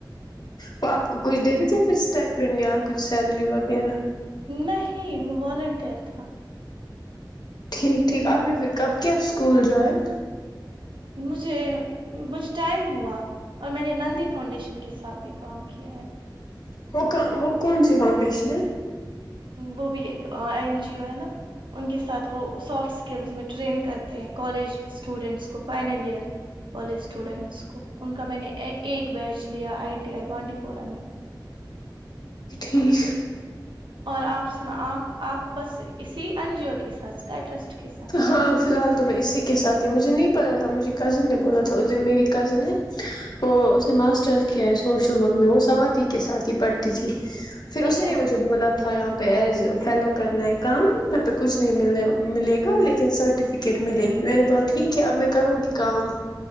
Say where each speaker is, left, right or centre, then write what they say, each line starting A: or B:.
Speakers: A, on the left; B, on the right.
A: وہ آپ کو کچھ دے دیتےے پھر اسٹائپن یا کچھ سیلری وغیرہ
B: نہیں وہ والنٹیئر تھا
A: ٹھیک ٹھیک آپ نے پھر کب کیا اسکول جائےیں
B: مجھے مجھے ٹائم ہوا اور میں نے نندی فاؤنڈیشن کے ساتھ بھی کام کیا ہے
A: وہ وہ کون سی فاؤنڈیشن ہے
B: وہ بھی ایک این جی او ہے نا ان کے ساتھ وہ سافٹ اسکلس میں ٹرین کرتے ہیں کالج اسٹوڈینٹس کو فائنل ایئر کالج اسٹوڈینٹس کو ان کا میں نے ایک بیچ لیا آئی ٹی آئی بانڈی پورہ میں
A: جی
B: اور آپ سنا آپ آپ بس اسی انجیو کے ساتھ اسکائی ٹرسٹ کے ساتھ
A: ہاں فی الحال تو میں اسی کے ساتھ ہی مجھے نہیں پتا تھا مجھے کزن نے بولا تھا اس دن میری کزن ہے وہ اس نے ماسٹرس کیا ہے سوشل ورک میں وہ سوادی کے ساتھ ہی پڑھتی تھی پھر اسی
B: اچھا
A: نے
B: اچھا
A: مجھے بولا تھا پ ایز فیلو کرنا ہے کام یہاں پہ کچھ نہیں ملنے وال ملے گا لیکن سرٹیفکیٹ ملے گی میں نے بولا ٹھیک ہے اب میں کروں گی کام